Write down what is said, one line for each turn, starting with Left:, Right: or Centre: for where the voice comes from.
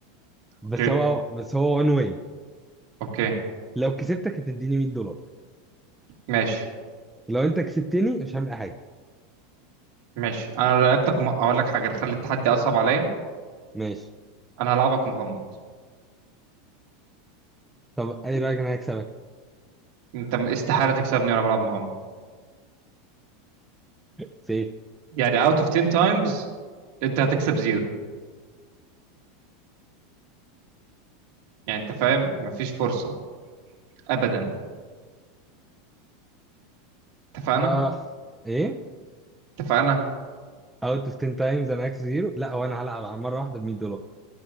Centre: بس
Right: اوكي
Centre: هو بس هو وان واي
Right: اوكي
Centre: لو كسبتك هتديني 100 دولار
Right: ماشي
Centre: لو انت كسبتني مش هعمل اي حاجه
Right: ماشي انا لو لعبتك م... اقول لك حاجه نخلي التحدي اصعب عليا
Centre: ماشي
Right: انا هلعبك مغمض
Centre: طب اي رايك انا هكسبك
Right: انت م- استحاله تكسبني وانا بلعب مغمض
Centre: سيف
Right: يعني اوت اوف 10 تايمز انت هتكسب زيرو يعني انت فاهم مفيش فرصه ابدا اتفقنا
Centre: اه ايه
Right: اتفقنا
Centre: اوت اوف 10 تايمز انا هكسب زيرو لا هو انا هلعب على مره واحده ب 100 دولار